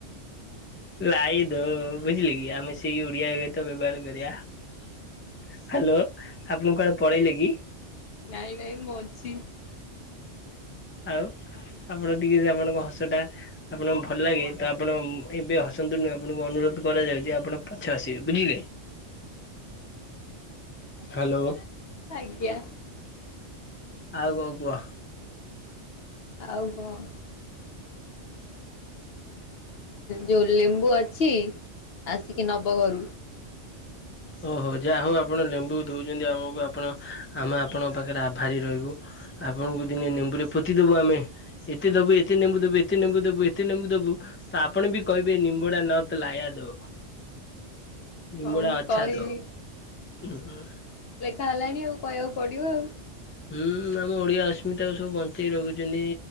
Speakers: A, on the left; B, on the left.
A: ଲାଇଦ ବୁଝିଲ କିି ଆମେ ସେଇ ଓଡିଆ ଗୀତ ବ୍ୟବହାର କରିବା। ହ୍ୟାଲୋ ଆପଣ କଆଡେ ପଳେଇଲେ କି?
B: ନାଇଁ ନାଇଁ ମୁଁ ଅଛି।
A: ଆଉ। ଆପଣ ଟିକେ ଯେ ଆପଣଙ୍କ ହସ ଟା ଆପଣଙ୍କୁ ଭଲ ଲାଗେ ତ ଆପଣ ଏବେ ହସନ୍ତୁ ନୁଁ ଆପଣଙ୍କୁ ଅନୁରୋଧ କରାଯାଉ ଆପଣ ପଛେ ହସିବେ ବୁଝିଲେ? ହ୍ୟାଲୋ।
B: ଆଜ୍ଞା।
A: ଆଉ କଣ କୁହ?
B: ଆଉ କଣ ଯୋଉ ଲେମ୍ବୁ ଅଛି ଆସିକି ନବ ଘରୁ।
A: ଓ ହୋ ଯାହା ହଉ ଆପଣ ଲେମ୍ବୁ ଦେଉଛନ୍ତି ଆମକୁ ଆପଣ ଆମେ ଆପଣଙ୍କ ପାଖରେ ଆଭାରି ରହିବୁ। ଆପଣଙ୍କୁ ଦିନେ ନେମ୍ବୁରେ ପୋତିଦବୁ ଆମେ ଏତେ ଦବୁ ଏତେ ନେମ୍ବୁ ଦବୁ ଏତେ ନେବୁ ଦବୁ ଏତେ ନେମ୍ବୁ ଦବୁ ତ ଆପଣ ବି କହିବେ ନିମ୍ବୁଡା ନତ ଲାୟାଦୋ। ଲିମ୍ବୁଡା
B: ହଁ ମୁଁ
A: ଅଛା
B: କହିବି
A: ଦୋ। ଓ।
B: ଗଲାଣି ଆଉ କହିବାକୁ ପଡିବ ଆଉ।
A: ହୁଁ ଆମ ଓଡିଆ ଆସମିତା ଆଉ ସବୁ ବଞ୍ଚେଇି ରଖୁଛନ୍ତି